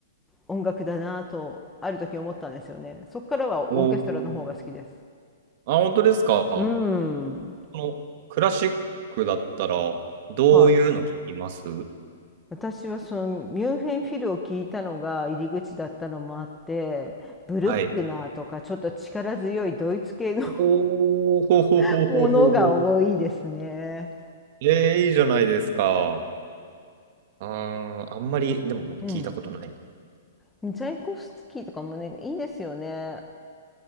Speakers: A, in the centre; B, on the right.
A: 音楽だなとある時思ったんですよね。そこからはオーケストラの方が好きです。
B: おー。あ、本当ですか。こ
A: うん。
B: のクラシックだったら、どういうの聞きます
A: はい、私はそのミュンヘンフィルを聞いたのが入り口だったのもあってブルックナーとかちょっと力強いドイツ系の
B: はい。おー、<laughs> ほほほほほほ。
A: <laughs> ものが多いですね。
B: えー、いいじゃないですか。あー、あんまり、でも僕聞いたことないな。
A: うん、チャイコフスキーとかもねいいですよね。